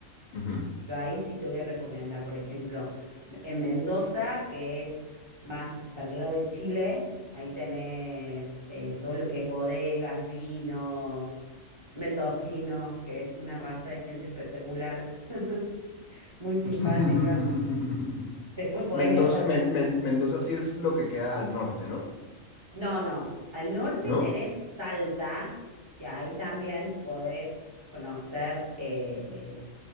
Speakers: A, on the left (about 75°); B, on the right (about 25°).
A: Ujú.
B: yo ahí sí te voy a recomendar, por ejemplo, en Mendoza, que es más para el lado de Chile, ahí tenés eh, todo lo que es bodegas, vinos, mendocinos, que es una raza de gente espectacular, <laughs> muy simpática.
A: <laughs>
B: Después podés
A: Mendoza,
B: viajar.
A: Men- Men- Mendoza sí es lo que queda al norte, ¿no?
B: No, no. Al norte
A: ¿No?
B: tenés Salta, que ahí también podés conocer. eh,